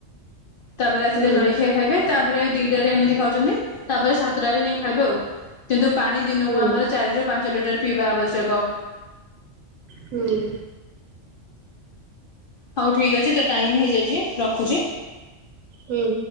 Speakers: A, on the left; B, on the right.
A: ତାପରେ ଆସିଲେ
B: ହୁଁ
A: ଜଳଖିଆ ଖାଇବେ ତାପରେ ଦିଟାରେ ଏମିତି ଖାଉଛନ୍ତି। ତାପରେ ସାତଟାରେ ହିଁ ଖାଇବେ ଆଉ କିନ୍ତୁ ପାଣି ଦିନକୁ
B: ହୁଁ
A: ଆମର ଚାରି ରୁ ପାଞ୍ଚ ଲିଟର ପିଇବା ଆବଶ୍ୟକ।
B: ହୁଁ।
A: ହଉ ଠିକ୍ ଅଛି ତ ଟାଇମ ହେଇଯାଇଚି ରଖୁଚି।
B: ହୁଁ।